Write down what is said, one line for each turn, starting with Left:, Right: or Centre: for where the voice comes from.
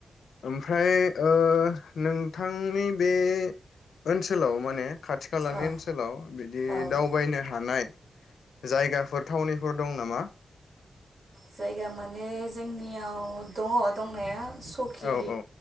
Left: ओमफ्राय ओ नोंथांनि बे ओनसोलाव माने खाथि खालानि
Right: औ
Left: ओनसोलाव बिदि
Right: औ
Left: दावबायनो हानाय जायगाफोर थावनिफोर दं नामा?
Right: जायगा माने जोंनियाव दङ दंनाया। सकि
Left: औ औ